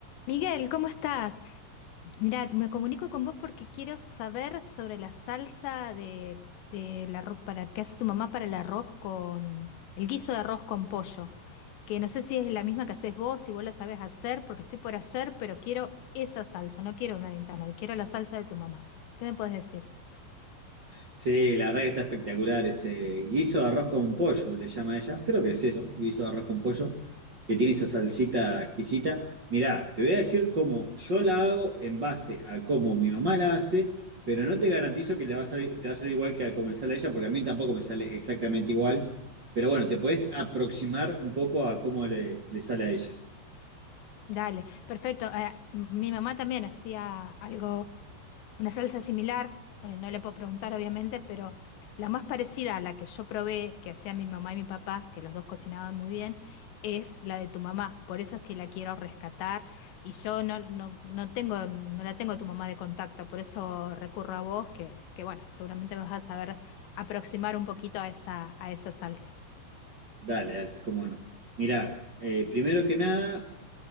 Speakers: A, on the left; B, on the right.
A: Miguel, ¿cómo estás? Mira, me comunico con vos porque quiero saber sobre la salsa de, de la, ro- para, que hace tu mamá para el arroz con, el guiso de arroz con pollo, que no sé si es la misma que haces vos, si vos la sabes hacer, porque estoy por hacer, pero quiero esa salsa, no quiero una de internet, quiero la salsa de tu mamá. ¿Qué me puedes decir?
B: Sí, la verdad que está espectacular ese guiso de arroz con pollo, le llama ella. Creo que es eso, guiso de arroz con pollo, que tiene esa salsita exquisita. Mirá, te voy a decir cómo yo la hago en base a cómo mi mamá la hace, pero no te garantizo que le va a salir, te va a salir igual que a como le sale a ella, porque a mí tampoco me sale exactamente igual. Pero bueno, te puedes aproximar un poco a cómo le, le sale a ella.
A: Dale, perfecto. eh, m- mi mamá también hacía algo Una salsa similar, eh, no le puedo preguntar obviamente, pero la más parecida a la que yo probé, que hacía mi mamá y mi papá, que los dos cocinaban muy bien, es la de tu mamá. Por eso es que la quiero rescatar y yo no, no, no tengo, no la tengo a tu mamá de contacto, por eso recurro a vos, que, que bueno, seguramente me vas a saber aproximar un poquito a esa, a esa salsa.
B: Dale, dale, cómo no. Mirá, eh, primero que nada.